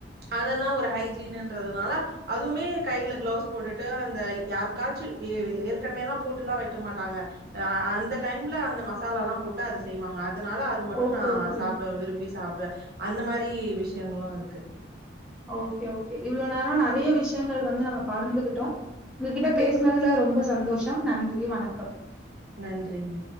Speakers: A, on the right; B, in the centre.
A: அதெல்லா ஒரு ஹைஜீனுன்றதுனால அதுவுமே கைல கிளவ்ஸ் போட்டுட்டு அந்த யாருக்காச்சு ஏற்கனவேலா போட்டுலா வெக்க மாட்டாங்க ஆ அந்த டைம்ல அந்த மசாலாலா போட்டு அது செய்வாங்க அதனால அது மட்டு
B: ஓகே
A: நா
B: ஓகே
A: சாப்டுவ விரும்பி சாப்டுவ அந்த மாரி விஷயங்களு இருக்கு
B: ஓகே ஓகே இவ்ளோ நேர நா நெறைய விஷயங்கள் வந்து நம்ம பகிர்ந்து கிட்டோ உங்ககிட்ட பேசனதுல ரொம்ப சந்தோஷம் நன்றி வணக்கம்
A: நன்றிங்க